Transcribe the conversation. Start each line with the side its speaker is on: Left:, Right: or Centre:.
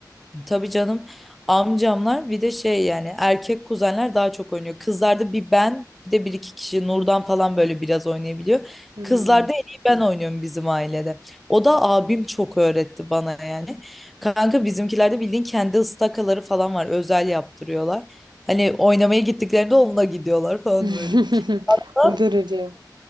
Centre: tabii canım amcamlar bir de şey yani erkek kuzenler daha çok oynuyor. Kızlarda bir ben bir de bir iki kişi Nurdan falan böyle biraz oynayabiliyor.
Right: Hmm.
Centre: Kızlarda en iyi ben oynuyorum bizim ailede. O da abim çok öğretti bana yani. Kanka bizimkilerde bildiğin kendi ıstakaları falan var. Özel yaptırıyorlar. Hani oynamaya gittiklerinde onunla gidiyorlar falan
Right: <laughs>
Centre: böyle. Hatta
Right: O derece.